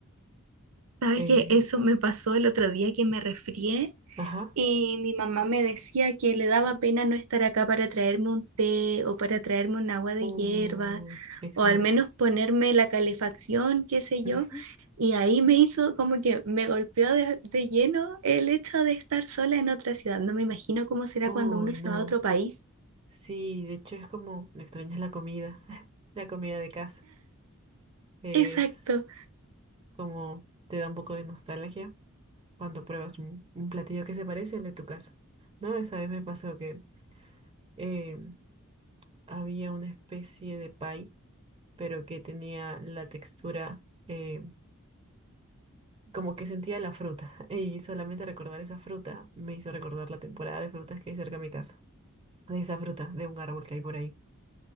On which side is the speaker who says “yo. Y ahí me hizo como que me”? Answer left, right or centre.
Right